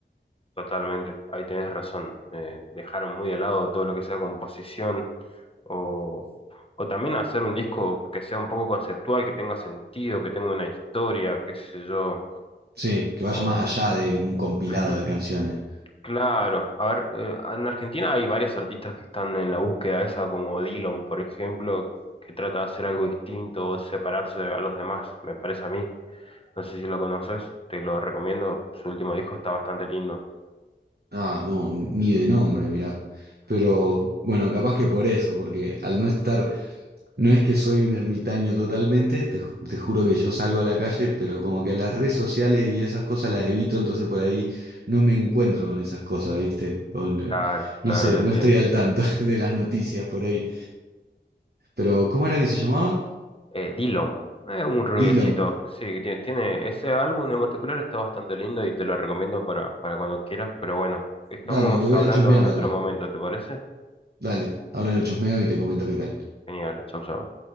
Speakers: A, on the left; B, on the right.
A: totalmente. Ahí tenés razón. eh, dejaron muy de lado todo lo que sea composición o, o también hacer un disco que sea un poco conceptual, que tenga sentido, que tenga una historia, qué sé yo.
B: Sí, que vaya
A: O,
B: más allá de un compilado
A: Ujú.
B: de canciones.
A: Claro, a ver, eh, en Argentina hay varios artistas que están en la búsqueda esa, como Dillon, por ejemplo, que trata de hacer algo distinto o separarse a los demás, me parece a mí. No sé si lo conoces, te lo recomiendo. Su último disco está bastante lindo.
B: Ah, no, ni de nombre, mirá. Pero bueno, capaz que por eso, porque al no estar No es que soy un ermitaño totalmente, te, ju- te juro que yo salgo a la calle, pero como que las redes sociales y esas cosas las evito, entonces por ahí no me encuentro con esas cosas, ¿viste? O no,
A: Claro, claro,
B: no sé,
A: te
B: no
A: entiendo.
B: estoy al tanto <laughs> de las noticias por ahí. Pero, ¿cómo era que se llamaba?
A: Eh, Dillon, es un rubiecito,
B: Dillom.
A: sí, que tiene, tiene- ese álbum en particular está bastante lindo y te lo recomiendo para, para cuando quieras, pero bueno, estamos
B: Dale, lo voy
A: hablando
B: a chusmear
A: en otro
B: ahora.
A: momento, ¿te parece?
B: Dale, ahora lo chusmeo y te comento qué tal.
A: Genial, chau, chau.